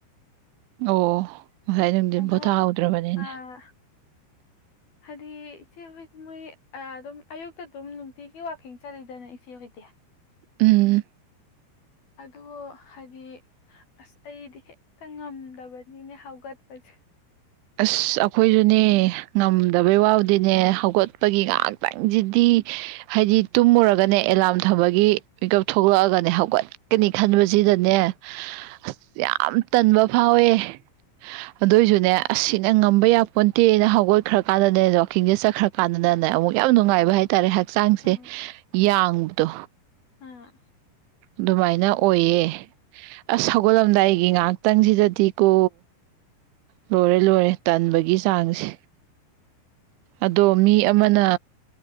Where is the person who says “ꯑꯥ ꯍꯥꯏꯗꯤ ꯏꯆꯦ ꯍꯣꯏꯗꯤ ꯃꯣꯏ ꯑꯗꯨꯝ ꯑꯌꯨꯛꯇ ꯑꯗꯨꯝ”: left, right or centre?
Left